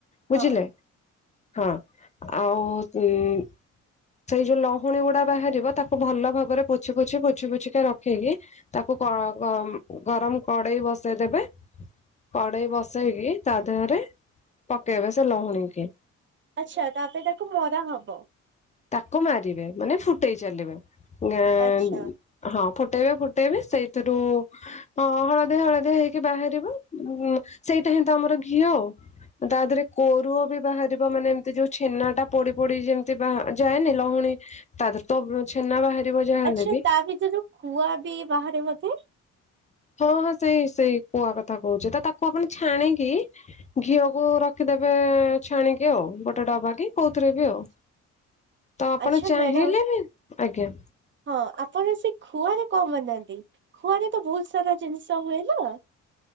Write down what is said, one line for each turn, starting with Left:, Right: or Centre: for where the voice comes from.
Left: ବୁଝିଲେ
Right: ହଁ।
Left: ହଁ ଆଉ ସେଇ ଯୋଉ ଲ ଭୁଣୀ ଗୁଡା ବାହାରିବ ତାକୁ ଭଲ ଭାବରେ ପୋଛି ପୋଛି ପୋଛି ପୋଛିିକା ରଖେଇକି ତାକୁ ଗ-ଗ-ଗରମ କଡେଇ ବସେଇ ଦେବେ। କଡେଇ ବସେଇକି ତା ଦେହରେ ପକେଇବେ ସେ ଲହୁଣୀକି।
Right: ଆଚ୍ଛା ତାପରେ ତାକୁ ମରା ହବ।
Left: ତାକୁ ମାରିବେ ମାନେ ଫୁଟେଇ ଚାଲିବେ। ଗାଁ
Right: ଆଚ୍ଛା।
Left: ହଁ ଫୁଟେଇବେ ଫୁଟେଇବେ ସେଇଥିରୁ ହଁ ହଳଦିଆ ହଳଦିଆ ହେଇକି ବାହାରିବ ସେଇଟା ହିଁ ତ ଆମର ଘିଅ ଆଉ। ତା ଦେହରେ କୋରୁଅ ବି ବାହାରିବ। ମାନେ ଏମିତି ଯୋଉ ଛେନା ଟା ପଡି ପଡି ଯେମିତି ବା ଯାଏନି ଲହୁଣୀ ତା ଦେହରେ ତ ଛେନା ବାହାରିବ ଯାହା ହେଲେ
Right: ଆଚ୍ଛା
Left: ବି।
Right: ତା ଭିତରୁ ଖୁଆ ବି ବାହାରେ ବୋଧେ।
Left: ହଁ ହଁ ସେଇ ସେଇ କୁଆ କଥା କହୁଛି। ତ ତାକୁ ଆପଣ ଛାଣିକି ଘିଅକୁ ରଖିଦେବେ ଛାଣିକି ଆଉ। ଗୋଟେ ଡବା କି କୋଉଥିରେ ବି ଆଉ।
Right: <unintelligible>
Left: ତ ଆପଣ
Right: ଆଚ୍ଛା
Left: ଚାହିଁଲେ
Right: ମ୍ୟାଡାମ
Left: ବି ଆଜ୍ଞା।
Right: ହଁ ଆପଣ ସେଇ ଖୁଆରେ କଣ ମାରିନାହାନ୍ତି। ଖୁଆରେ ତ ବହୁତ ସାରା ଜିନିଷ ହୁଏ ନା।